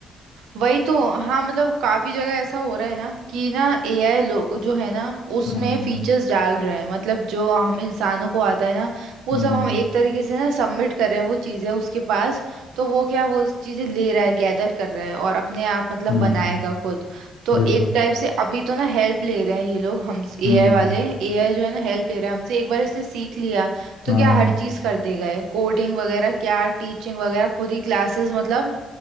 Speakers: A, on the right; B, on the left.
A: वही तो हाँ मतलब काफी जगह ऐसा हो रहा है ना कि ना एआई लोग जो है ना उसमें
B: हम्म
A: फीचर्स डाल रहे हैं मतलब जो हम इंसानों को आता है ना वो
B: हम्म
A: सब हम एक तरीके से ना सबमिट कर रहे हैं वो चीजें उसके पास तो वो क्या वो चीजें ले रहा है गैदर कर रहा है और अपने आप मतलब
B: हम्म
A: बनाएगा खुद तो
B: बिल्कुल
A: एक टाइप से अभी तो ना हेल्प ले रहे हैं ये लोग हम एआई
B: हम्म
A: वाले एआई जो है ना हेल्प ले रहा है हमसे एक बार इसने सीख लिया तो
B: हाँ
A: क्या हर चीज कर देगा कोडिंग वगैरह क्या टीचिंग वगैरह खुद ही क्लासेस मतलब